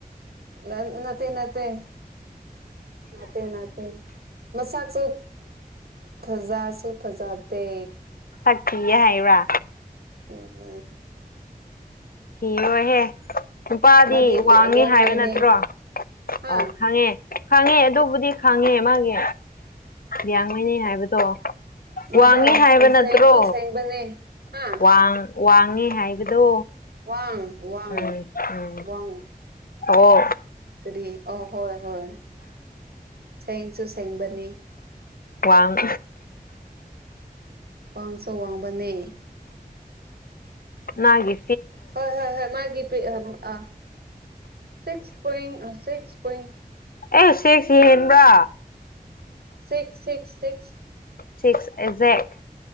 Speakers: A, on the right; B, on the left.
A: ꯅ ꯅꯠꯇꯦ ꯅꯠꯇꯦ ꯅꯥꯠꯇꯦ ꯅꯥꯠꯇꯦ ꯃꯁꯥꯛꯁꯨ ꯐꯖꯁꯨ ꯐꯖꯗꯦ
B: ꯁꯛ ꯊꯤꯌꯦ ꯍꯥꯏꯕ꯭ꯔꯥ
A: ꯎꯝ
B: ꯁꯤ ꯔꯣꯏꯍꯦ ꯅꯨꯄꯥꯗꯤ
A: ꯃꯥꯗꯤ
B: ꯋꯥꯡꯉꯦ
A: ꯂꯤꯌꯥꯡꯃꯩꯅꯦ
B: ꯍꯥꯏꯕ ꯅꯠꯇ꯭ꯔꯣ
A: ꯍꯥ
B: ꯑꯣ ꯈꯪꯉꯦ ꯈꯥꯡꯉꯦ ꯑꯗꯨꯕꯨꯗꯤ ꯈꯥꯡꯉꯦ ꯃꯥꯒꯤ ꯌꯥꯡꯃꯤꯅꯤ ꯍꯥꯏꯕꯗꯣ
A: ꯃꯥꯗꯣ
B: ꯋꯥꯡꯉꯤ ꯍꯥꯏꯕ ꯅꯠꯇ꯭ꯔꯣ
A: ꯁꯦꯡꯁꯨ ꯁꯦꯡꯕꯅꯦ ꯍꯥ
B: ꯋꯥꯡ ꯋꯥꯡꯉꯦ ꯍꯥꯏꯕꯗꯣ
A: ꯋꯥꯡ ꯋꯥꯡ
B: ꯎꯝ ꯎꯝ
A: ꯋꯥꯉ
B: ꯑꯣ
A: ꯀꯔꯤ ꯑ ꯍꯣꯏ ꯍꯣꯏ ꯁꯦꯡꯁꯨ ꯁꯦꯛꯕꯅꯤ
B: ꯋꯥꯡ
A: ꯋꯥꯡ ꯁꯨ ꯋꯥꯡꯕꯅꯦ
B: ꯅꯥꯒꯤ
A: ꯍꯣꯏ ꯍꯣꯏ ꯍꯣꯏ ꯃꯥꯒꯤ ꯄꯤ ꯑꯝ ꯑ ꯁꯤꯁ ꯄꯣꯏꯟ ꯑ ꯁꯤꯁ ꯄꯣꯏꯟ
B: ꯑꯦ ꯆꯦꯛꯁꯤ ꯍꯦꯟꯕ꯭ꯔꯥ
A: ꯁꯤꯛꯁ ꯁꯤꯛꯁ ꯁꯤꯛꯁ
B: ꯁꯤꯛꯁ ꯑꯦꯖꯦꯛ